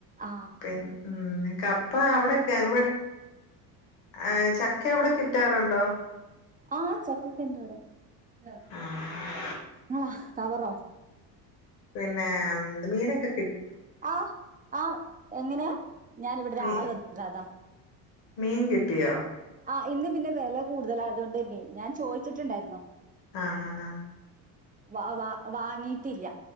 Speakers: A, on the right; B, on the left.
A: ആഹ്
B: പിന്നെ ഉം കപ് പ്പാ അവ് ടെ കെവ്ൾ ആഹ് ചക്ക എവിടെ കിട്ടാറുണ്ടോ
A: ആഹ് ചക്കി <unintelligible> ന
B: ആഹ്
A: ങ്ങളാ കവറോ
B: പിന്നെ മീന ക
A: ആഹ് ആഹ് എങ്ങനെയാ ഞാൻ ഇവിടെരാള്
B: മീ
A: വന്നതതാ
B: മീൻ കിട്ടിയോ
A: <unintelligible>
B: ആ ആ ആ
A: വ വാ വാങ്ങിയിട്ടില്ല